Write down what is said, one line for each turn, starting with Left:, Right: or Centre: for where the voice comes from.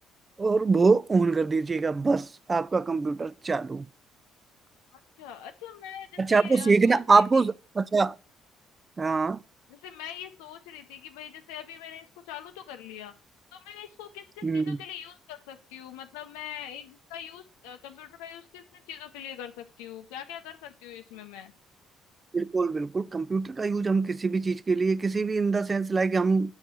Right: और वो ऑन कर दीजिएगा बस आपका कंप्यूटर चालू
Left: अच्छा अच्छा मैं जैसे
Right: अच्छा आपको
Left: अ,
Right: सीखना
Left: सोच रही
Right: आपको
Left: थी
Right: अच्छा हाँ
Left: जैसे मैं ये सोच रही थी कि भाई जैसे अभी मैंने इसको चालू तो कर लिया तो मैं इसको किस किस
Right: हम्म
Left: चीजों के लिए यूज कर सकती हूँ मतलब मैं इसका यूज कंप्यूटर का यूज किस किस चीजों के लिए कर सकती हूँ क्या क्या कर सकती हूँ इसमें मैं
Right: बिल्कुल बिल्कुल कंप्यूटर का यूज हम किसी भी चीज के लिए किसी भी इन द सेंस लाइक हम